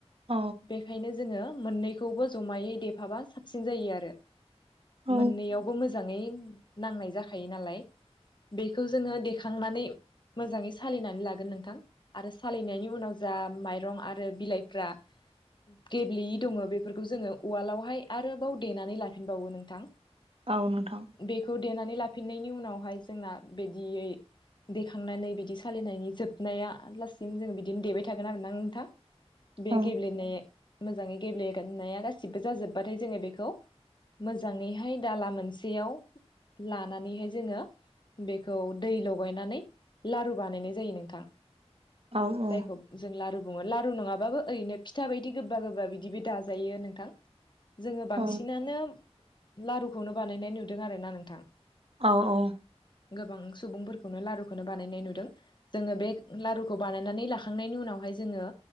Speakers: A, on the right; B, on the left.
A: औ
B: बेखायनो जोङो मोननैखौबो जमायै देफाबा साबसिन जायो आरो।
A: औ
B: मोननैयावबो मोजाङै नांनाय जाखायो नालाय। बेखौ जोङो देखांनानै मोजाङै सालिनानै लागोन नों थां आरो सालियनायनि उनाव जा माइरं आरो बिलाइफ्रा गेब्लेयि दङ बेफोरखौ जोङो उवालावहाय आरोबाव देनानै लाफिनबावो नोंथां।
A: औ नोंथां
B: बेखौ देनानै लाफिननायनि उनावहाय जोंना बिदेयै देखांनानै बिदि सालिनायनि जोबनाया लासिम जोङो बिदिनो देबाय थागोन आरो ना नोंथां। बे
A: औ
B: गेब्ले मोजाङै गेब्लेगोननाया गासिबो जाजोब्बाथाय जोङो बेखौ मोजाङैहाय दाला मोनसेयाव लानानैहाय जोङो बेखौ दै लगायनानै लारु बानायनाय जायो नोंथां।
A: औ औ
B: जायखौ जों लारु बुङो लारु नङाबाबो ओरैनो फि था बायदि गोबबा गोबा बिदि बो दाजायो नोंथां जोङो बांसिनानो
A: औ
B: लारुखौनो बानायनाय नुदों आरो ना नोंथां।
A: औ औ।
B: गोबां सुबुंफोरखौनो लारुखौनो बानायनाय नुदों जोङो बे लारुखौ बानायनानै लाखांनायनि उनावहाय जोङो